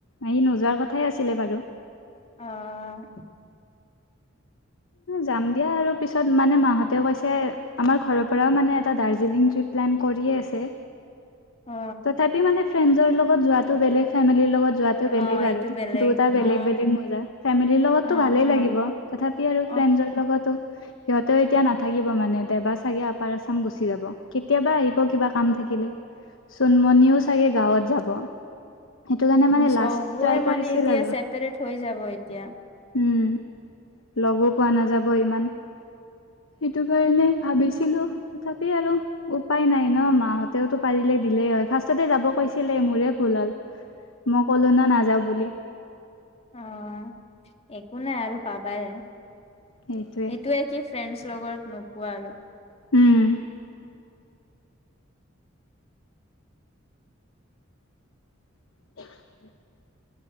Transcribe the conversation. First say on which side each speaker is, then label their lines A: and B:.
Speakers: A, on the left; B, on the left.
A: সি নোযোৱাৰ কথাই আছিলে বাৰু।
B: অ',
A: যাম দিয়া আৰু পিছত মানে মাহতে কৈছে আমাৰ ঘৰৰ পৰাও মানে এটা দাৰ্জিলিং ত্ৰীপ প্লান কৰিয়ে আছে,
B: অ
A: তথাপিও মানে ফ্ৰেন্সৰ লগত যোৱাতো বেলেগ ফেমিলিৰ লগত যোৱাটো বেলেগ
B: অ এইটো
A: আৰু
B: বেলেগ
A: দুয়টা বেলেগ
B: অ
A: বেলেগ মজা, ফেমিলিৰ লগতো
B: অ
A: ভালেই লাগিব তথাপি ফ্ৰেন্সৰ
B: অ
A: লগত সিহঁতেও এতিয়া নাথাকিব মানে দেবা চাগে আপাৰ আচাম গুচি যাব কেতিয়াবা আহিব কিবা কাম থাকিলে চোনমনিও চাগে গাঁৱত যাব। সেইটো কাৰণে মানে
B: চবৰে
A: লাষ্ট ট্ৰাই
B: মানে
A: কৰিছিল
B: এতিয়া
A: আৰু।
B: চেপাৰেট হৈ যাব এতিয়া।
A: উম, লগো পোৱা নাযাব ইমান সেইটো কাৰণে ভাবিছিলো তথাপি আৰু উপায় নাই ন' মাহঁতেওতো পাৰিলে দিলেই হয় ফাৰ্ষ্টতে যাব কৈছিলে মোৰে ভুল হ'ল, মই ক'লো না নাযাওঁ বুলি।
B: অ', একো নাই আৰু পাবাই
A: সেইটোৱে
B: এইটোয়ে কি ফ্ৰেন্ডচ লগৰত নোপোৱা আৰু
A: উম, <inaudible>